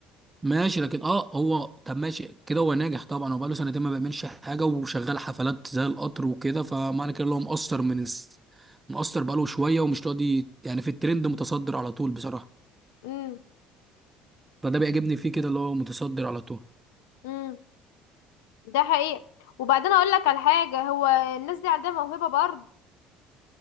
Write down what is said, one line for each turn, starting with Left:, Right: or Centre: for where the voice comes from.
Right: ماشي لكن اه هو طب ماشي كده هو ناجح طبعا هو بقاله سنتين ما بيعملش حاجه وشغال حفلات زي القطر وكده فمعنى كده اللي هو مقصر من الس... مقصر بقاله شويه ومش راضي يعني في الترند متصدر على طول بصراحه
Left: امم
Right: فده بيعجبني فيه كده اللي هو متصدر على طول
Left: امم ده حقيقي وبعدين اقول لك على حاجه هو الناس دي عندها موهبه برضه